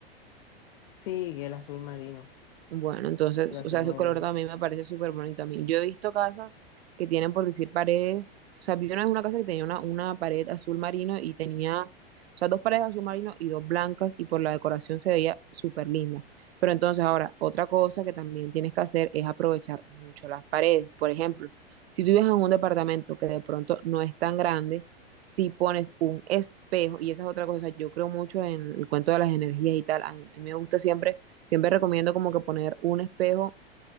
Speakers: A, on the left; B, on the right.
A: Sí, el azul marino,
B: Bueno, entonces,
A: el azul
B: o sea, ese
A: marino,
B: color también me parece súper bonito a mí. Yo he visto casas que tienen, por decir, paredes. O sea, vi una vez una casa que tenía una, una pared azul marino y tenía, o sea, dos paredes azul marino y dos blancas y por la decoración se veía súper linda. Pero entonces ahora, otra cosa que también tienes que hacer es aprovechar mucho las paredes. Por ejemplo, si tú vives en un departamento que de pronto no es tan grande, si pones un espejo, y esa es otra cosa, yo creo mucho en el cuento de las energías y tal, a mí me gusta siempre Siempre recomiendo como que poner un espejo